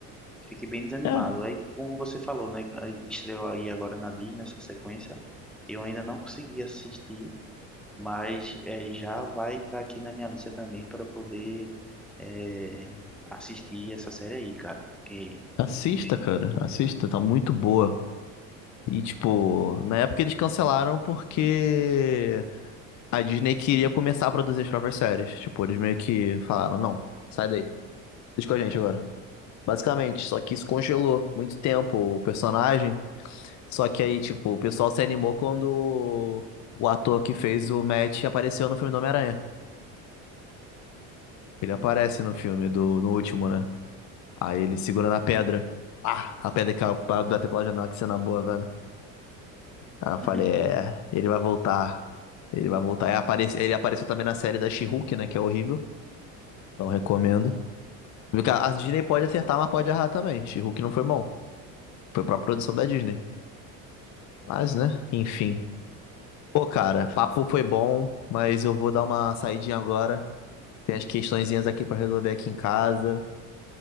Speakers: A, in the centre; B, on the left.
A: Fiquei bem desanimado.
B: É,
A: Aí, como você falou, né? aí Estreou aí agora na Disney essa sequência. Eu ainda não consegui assistir, mas eh, já vai entrar aqui na minha lista também para poder eh, assistir essa série aí, cara. Porque.
B: assista,
A: do jeito-
B: cara. Assista, tá muito boa. E, tipo, na época eles cancelaram porque a Disney queria começar a produzir as próprias séries. Tipo, eles meio que falaram, não, sai daí. Deixa com a gente agora. Basicamente, só que isso congelou muito tempo o personagem. Só que aí, tipo, o pessoal se animou quando o ator que fez o Matt apareceu no filme do Homem-Aranha. Ele aparece
A: Hum.
B: no filme do, no último, né? Aí ele segura na pedra. Ah, a pedra que bateu pela janela, que cena boa, velho. Aí eu falei,
A: <laughs>
B: é, ele vai voltar. Ele vai voltar. Aí aparece- Ele apareceu também na série da She-Hulk, né? Que é horrível. Não recomendo. Porque a a Disney pode acertar, mas pode errar também. She-Hulk não foi bom. Foi pra produção da Disney. Mas, né? Enfim. Pô, cara, papo foi bom, mas eu vou dar uma saidinha agora. Tem as questõezinhas aqui pra resolver aqui em casa.